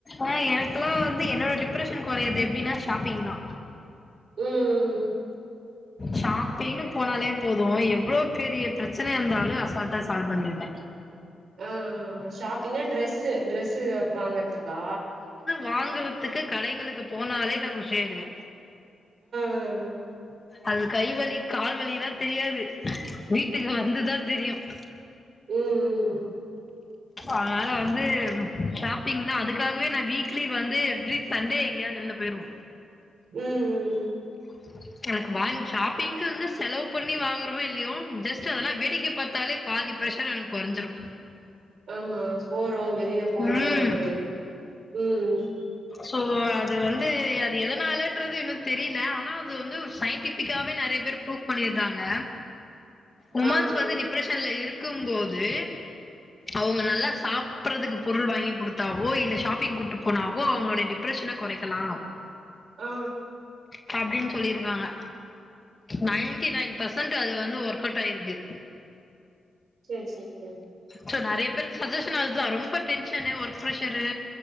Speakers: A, on the left; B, on the right.
A: ஆ எனக்குெல்லா வந்து என்னோட டிப்ரஷன் குறையது எப்பிடின்னா ஷாப்பிங்தா
B: ம் ம் ம்
A: ஷாப்பிங்னு போனாலே போது எவ்ளோ பெரிய பிரச்சனையாந்தாலு அசால்ட்டா சால்வ் பண்ணிருவே
B: ஆஆ ஆ ஷாப்பிங்கா டிரரெஸ்ஸு டிரெஸ்ஸு வாங்கறதுக்கா
A: வாங்கறதுக்கு கடைங்களுக்கு போனாலே நா குஷி ஆயிடுவே
B: ம் ம்
A: அது கை வலி கால்வலில்லா தெரியாது வீட்டுக்கு வந்துதா தெரியு <inaudible>
B: ம் ம் ம்
A: அதனால வந்து ஷாப்பிங்தா அதுக்காகவேநா வீக்லி வந்து எவ்ரி சண்டே எங்கயாவது வெளில போயிருவோ
B: ம் ம்
A: <unintelligible> எனக்கு வாங் ஷாப்பிங்குந்து செலவு பண்ணி வாங்குறோமோ இல்லியோ ஜஸ்ட் அதெல்லா வேடிக்க பாத்தாலே பாதி பிரஷர் எனக்கு கொரஞ்சிரு.
B: ஆமா போறோ வெ ளில போறோன்ற
A: ம்
B: ஒரு ம் ம்
A: சோ அது வந்து அது எதனாலன்றது இன்னு தெரியல ஆனா அது வந்து சயின்டிபிக்காவே நெறைய பேர் ஃபுரூப் பண்ணிருறாங்க உமன்ஸ்
B: ஆ ஆ
A: வந்து டிப்ரஷன்ல இருக் க்கு போது அவங்க நல்லா க சாப்பறதுக்கு பொருள் வாங்கி குடுத்தாவோ இல்ல ஷாப்பிங் கூட்டு போனா வோ அவங்களோடய டிப்ரஷன கொறைக்கலா
B: ஆ
A: ப்பிடின்னு சொல்லிருக்காங்க நைன்டி நைன் பர்சன்ட் அது வந்து ஒர்க் அவுட் ஆயிருக்கு
B: சேரி சே சே
A: சோ நெறைய பேருக்கு சஜஷன் அதுதா ரொம்ப டென்ஷனு ஒர்க்ப்ரஷரு